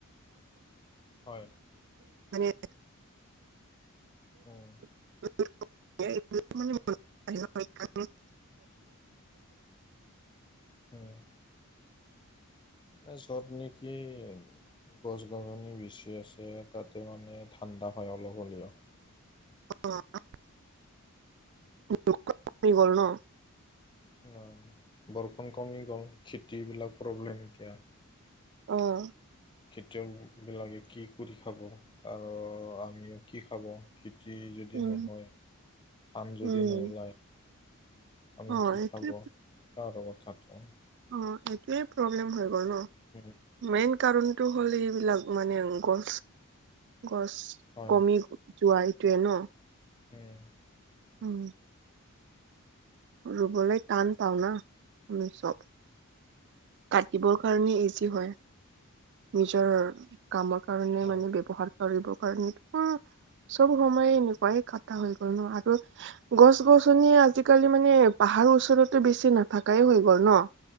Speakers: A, on the left (about 20°); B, on the right (about 55°).
A: হয়
B: <unintelligible> <unintelligible>
A: উম।
B: <unintelligible>
A: উম। এ য'ত নেকি গছ-গছনি বেছি আছে, তাতে মানে ঠাণ্ডা হয় অলপ হ'লেও।
B: <unintelligible>
A: অ', বৰষুণ ক'মি গ'ল খেতিবিলাক প্ৰব্লেম এতিয়া।
B: অ'।
A: খেতিয়কবিলাকে কি কৰি খাব আৰু আমিও কি খাব। খেতি যদি
B: উম
A: নহয় ধান যদি
B: উম
A: নোলায়। আমি
B: অ
A: কি
B: এইটোৱে
A: খাব, এনেকা আৰু কথাটো।
B: অ', এইটোৱে প্ৰব্লেম হৈ গ'ল ন'।
A: হম।
B: মেইন কাৰণটো হ'ল এইবিলাক মানে গছ গছ
A: হয়
B: কমি যোৱা এইটোয়ে ন'?
A: উম।
B: উম। ৰুবলৈ টান পাওঁ না আমি
A: উম,
B: চব। কাটিবৰ কাৰণে ইজি হয়, নিজৰ কামৰ কাৰণে
A: হয়
B: মানে ব্যৱহাৰ কৰিবৰ কাৰণে, মোৰ চব সময় এনেকুৱাই কাটা হৈ গ'ল ন' আৰু গছ-গছনিও আজিকালি মানে পাহাৰৰ ওচৰতে বেছি নাথাকাই হৈ গ'ল ন'?